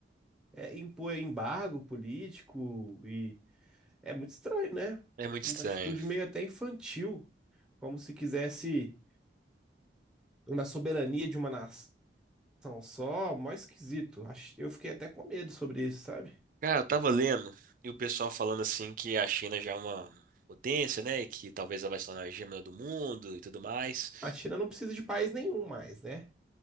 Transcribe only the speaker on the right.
É muito
estranho.
Cara, eu tava lendo e o pessoal falando assim que a China já é uma potência, né? E que talvez ela vai se tornar a hegemonia do mundo e tudo mais.